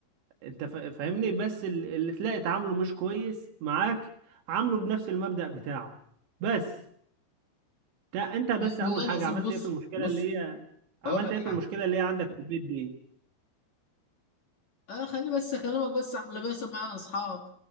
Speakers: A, on the right; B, on the left.
A: أنت فا- فاهمني بس ال- اللي تلاقي تعامله مش كويس معاك عامله بنفس المبدأ بتاعه بس ده أنت بس
B: والله
A: أول
B: العظيم
A: حاجة عملت
B: بص
A: إيه في المشكلة
B: بص
A: اللي هي عملت
B: اقول لك
A: إيه
B: حاجه
A: في المشكلة اللي هي عندك في البيت دي
B: اه خليني بس اكلمك بس عن اللي بيحصل معايا اصحاب